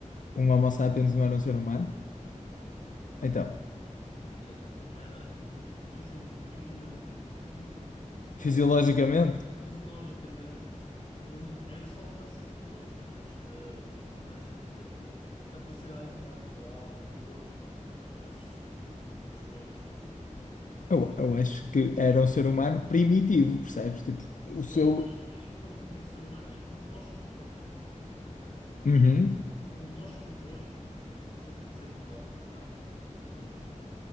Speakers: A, on the left; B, on the left.
A: Um Homo sapiens não era um ser humano?
B: Não,
A: Então,
B: não tinha, não era, não, não, fisio, fisionami- fisio,
A: fisiologicamente,
B: ah, fisiologicamente não era só parecido connosco, mas, eh, mas por exemplo, capacidade intelectual, o corpo, as, eh, portanto, as suas. eh,
A: eu, eu acho que era um ser humano primitivo, percebes? Tipo, o seu.
B: pois, mas eh, quando te digo ser humano é como nós somos hoje, certo
A: Uhum.
B: Como nós somos hoje, há cerca de 6 mil anos atrás, pelo menos